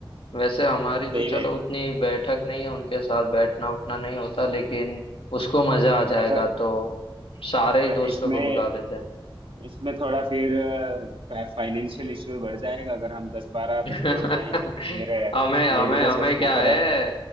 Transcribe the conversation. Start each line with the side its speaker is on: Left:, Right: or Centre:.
Left: वैसे हमारी
Right: सही
Left: तो चलो
Right: रहे
Left: उतनी बैठक नहीं है उनके साथ बैठना उठना नहीं होता लेकिन उसको मजा आ जाएगा
Right: अगर
Left: तो सारे
Right: पर
Left: ही दोस्तों
Right: इसमें
Left: को बुला लेते हैं
Right: इसमें थोड़ा फिर फाइनेंशियल इशू बढ़ जाएगा अगर हम दस बारह
Left: <laughs>
Right: बंदे हो जाएंगे तो फिर अ,
Left: हमें हमें
Right: ये भी तो
Left: हमें
Right: सोचना
Left: क्या
Right: पड़े
Left: है